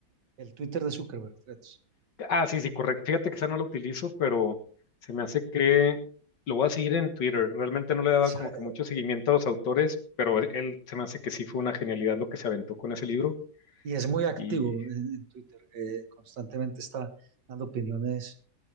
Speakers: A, on the right; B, on the left.
A: el Twitter de Zuckerberg, Threads.
B: Ah, sí, sí, correcto. Fíjate que esa no la utilizo, pero se me hace que lo voy a seguir en Twitter. Realmente no le daba
A: Esa,
B: como
A: eh,
B: que mucho seguimiento a los autores, pero él se me hace que sí fue una genialidad lo que se aventó con ese
A: sí.
B: libro.
A: Y es muy activo
B: Y,
A: en, en Twitter, eh, constantemente está dando opiniones